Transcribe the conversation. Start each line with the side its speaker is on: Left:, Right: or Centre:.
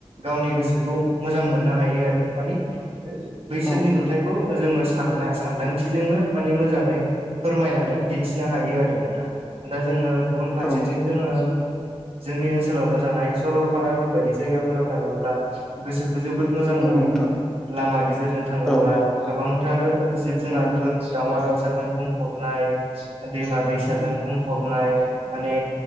Right: गावनि गोसोखौ मोजां मोननो हायो आरो माने बैसोरनि
Centre: औ
Right: नुथाइखौ ओ जोङो सानना सानदांथिजोंनो माने मोजाङै फोरमायनानै दिन्थिनो हायो आरो नोंथां दा दा जोङो गुबुन फारसेथिं
Centre: औ
Right: जोङो जोंनि ओनसोलावनो थानाय सरलपाराफोर बायदि जायगाफोराव थाङोब्ला गोसो जोबोद मोजां
Centre: नंगौ
Right: मोनो
Centre: नोंथां
Right: लामा गेजेरजों थाङोब्ला
Centre: औ
Right: गोबांथार ओ जिब-जुनारफोर
Centre: उम,
Right: दावमा-दावसाजों बुंफबनाय दैमा-दैसाजों
Centre: उम,
Right: बुंफबनाय नाय माने